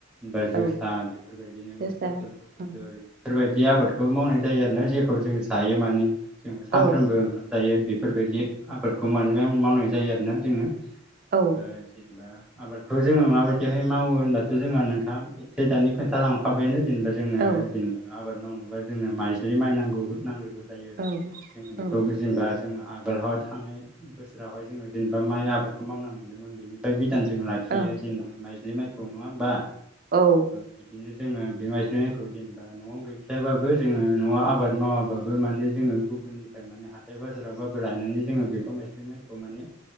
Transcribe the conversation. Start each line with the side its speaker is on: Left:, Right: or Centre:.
Centre: बा जोसा
Right: औ
Centre: बेफोरबायदिनो
Right: जोसा
Centre: फसल फसिथुर
Right: औ
Centre: बेफोरबायदि ज आबादखौ मावनाय जायो आरोोना जेखौ जों जायो माने जों सानफ्रोमबो
Right: औ
Centre: ओंखाम जायो बेफोरबायदि आबादखौ मावनाय जायो आरोना जोङो ओ
Right: औ
Centre: जेनेबा आबादखौ जोङो माबायदिहाय मावो होनबाथ' जोंहा नोंथाङा ए जसे दानि खोन्थाालांखाबायानो जेनेबा जोंङनो
Right: औ
Centre: जेनेबा आबाद मावनोबा जोंनो माइज्लि माइ नांगौ नांग्र जायो
Right: औ
Centre: जों बेखौ जेनबा जोङो आगोलावाय थांनाय बोसोरावहाय जोङो जेनेबा माइ आबादखौ मावना मोनदोंमोन बेनिफ्राय गोदानजों लाखियो
Right: औ
Centre: जेनेबा माइजलि माइखौ नङा होमबा
Right: औ
Centre: बिदिनो जोङो बेमासिाइखौ जेनेबा न'आव गैखायाबाबो जोङो न'आव आबाद मावाबाबो माने जोङो गुबुननिफ्राय माने हाथाय बाजारावबाबो लायनानै जोङो बेफोर माइस्लि माइखौ माने